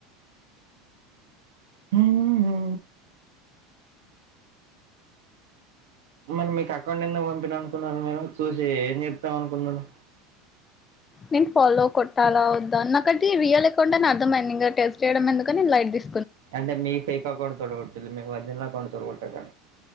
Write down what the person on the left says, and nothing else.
నేను ఫాలో కొట్టాలా వద్దా నాకు అది రియల్ అకౌంట్ అని అర్థమైంది, ఇంగ టెస్ట్ చేయడం ఎందుకు అని నేన్ లైట్ తీస్.